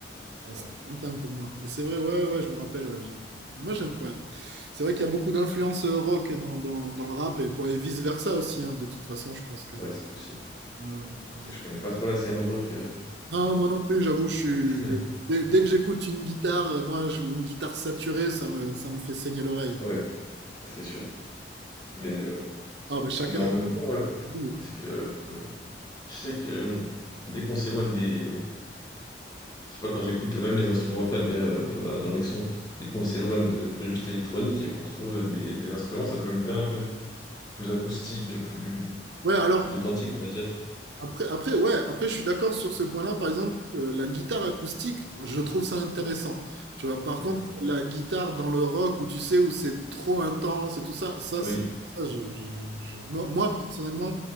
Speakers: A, on the right (about 70°); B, on the left (about 25°).
A: Ah,
B: ouais.
A: C'est lointain pour moi. Mais c'est vrai, ouais, ouais, ouais, je me rappelle. ouais, je- Mais moi, j'aime. ouais. C'est vrai qu'il y a beaucoup d'influences euh, rock dans, dans, dans le rap et, pour- et vice-versa aussi. hein, de toute façon, je pense que.
B: Ouais, c'est possible.
A: Ouais, ouais.
B: Parce que je connais pas trop la scène rock. euh,
A: Non, moi non plus, j'avoue, je suis.
B: <laughs>
A: je- Dès, dès que j'écoute une guitare, euh, moi, je- ou une guitare saturée, ça me, ça me fait saigner l'oreille. Donc.
B: Ouais, c'est sûr. Mais, euh,
A: Ah, ben chacun.
B: mais en même temps, ouais,
A: c'est nous.
B: parce que euh, je sais que euh, dès qu'on s'éloigne des. Je sais pas, quand j'écoute même les instrumentales derrière, dans, ma- dans les sons, dès qu'on s'éloigne de bruit juste électronique et qu'on retrouve des, des instruments, ça peut me plaire un peu. Plus acoustique, plus,
A: Ouais, alors,
B: plus authentique, on va dire.
A: Après, après, ouais, après, je suis d'accord sur ce point-là. Par exemple, euh, la guitare acoustique, je trouve ça intéressant. Tu vois, par
B: Mhm.
A: contre, la guitare dans le rock où tu sais, où c'est trop intense et tout ça, ça,
B: Oui.
A: c'est- ça, je- je- je- moi, moi, personnellement,